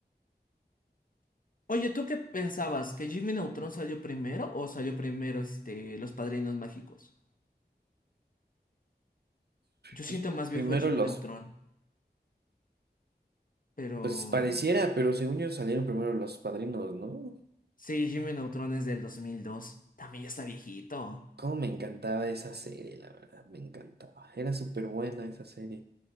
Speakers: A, on the left; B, on the right.
A: Oye, ¿tú qué pensabas? ¿Que Jimmy Neutron salió primero o salió primero este, Los Padrinos Mágicos? Yo siento
B: Pues
A: más viejo
B: primero
A: Jimmy
B: los,
A: Neutron, pero...
B: pues pareciera, pero según yo salieron primero los padrinos, ¿no?
A: Sí, Jimmy Neutron es del 2002. También ya está viejito.
B: Cómo me encantaba esa serie, la verdad, me encantaba. Era súper buena esa serie.